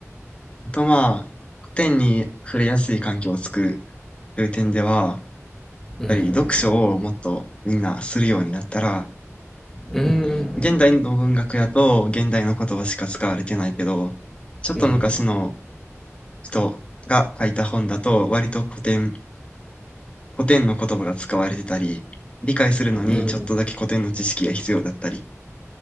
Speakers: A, on the left; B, in the centre.
A: あとまあ、古典に触れやすい環境を作るという点では、やっ
B: うん
A: ぱり読書をもっとみんなするようになったら、
B: うーん
A: うん、現代の文学やと現代の言葉しか使われてないけど、ちょっと昔の
B: うん
A: 人が書いた本だと割と古典、古典の言葉が使われてたり、理解するのにちょっとだけ古典の知識が必要だったり、
B: うん